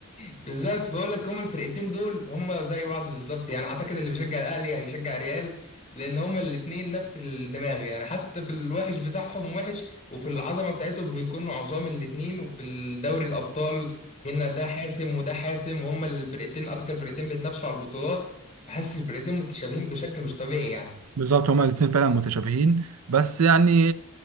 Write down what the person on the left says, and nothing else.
بالظبط بقول لك هما الفرقتين دول هما زي بعض بالظبط يعني اعتقد اللي بيشجع الاهلي هيشجع الريال لان هما الاتنين نفس الدماغ يعني حتى في الوحش بتاعهم وحش وفي العظمه بتاعتهم بيكونوا عظام الاتنين وفي الدوري الابطال هنا ده حاسم وده حاسم وهما الفرقتين اكتر فرقتين بيتنافسوا على البطولات فحاسس الفرقتين متشابهين بشكل مش طبيعي يعني